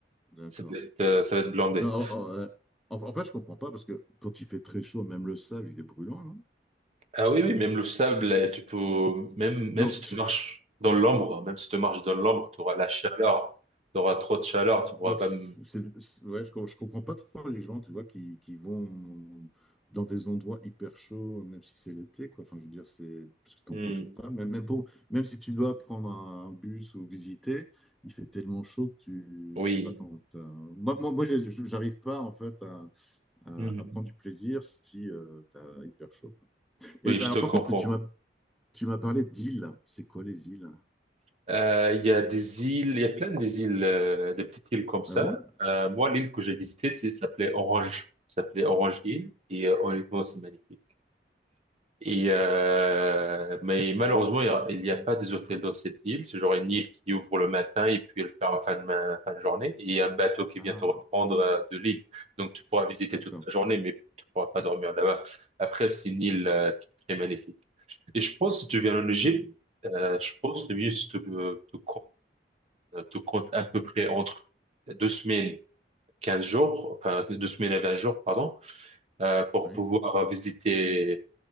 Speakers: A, in the centre; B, on the right.
A: d'accord.
B: Ça va être, euh, ça va être blindé.
A: Non, en, en- euh, en- en fait, je comprends pas parce que quand il fait très chaud, même le sable, il est brûlant, non?
B: Ah oui, oui, même le sable, euh, tu peux, même, même
A: Donc,
B: si tu marches dans l'ombre, même si tu marches dans l'ombre, tu auras la chaleur. Tu auras trop de chaleur, tu pourras
A: Donc,
B: pas...
A: c'est,
B: m-
A: c'est- ouais, je, je comprends pas trop les gens, tu vois, qui, qui vont dans des endroits hyper chauds, même si c'est l'été, quoi. Enfin, je veux dire, c'est parce que t'en
B: Hmm.
A: profites pas. Même, même pour, même si tu dois prendre un bus ou visiter, il fait tellement chaud que tu,
B: Oui.
A: je sais pas, t'en- t'as- moi, moi, moi, j'ai- j'arrive pas en fait à, à,
B: Mhm.
A: à prendre du plaisir si euh, t'as hyper chaud, quoi. Et
B: Oui,
A: ben,
B: je
A: alors,
B: te
A: par
B: comprends.
A: contre, tu m'as, tu m'as parlé d'îles. C'est quoi les îles?
B: Euh, il y a des îles, il y a plein des îles, euh, des petites îles comme ça.
A: Ah bon?
B: Euh, moi, l'île que j'ai visitée, c'est, s'appelait Orange. s'appelait Orange Hill. Et euh, honnêtement, c'est magnifique. Et euh, mais malheureusement, il y a- il n'y a, pas des hôtels dans cette île. C'est genre une île qui ouvre le matin et puis elle ferme en fin de, ma- fin de journée. Et il y a un bateau qui
A: Ah,
B: vient te reprendre euh, de l'île. Donc tu pourras visiter
A: d'accord.
B: toute la journée, mais tu pourras pas dormir là-bas. Après, c'est une île euh, qui est très magnifique. Et je pense, si tu viens en Égypte, euh, je pense le mieux, c'est de, de, euh, tout compte à peu près entre deux semaines, 15 jours, enfin deux semaines et 20 jours, pardon, euh, pour
A: Ouais.
B: pouvoir visiter,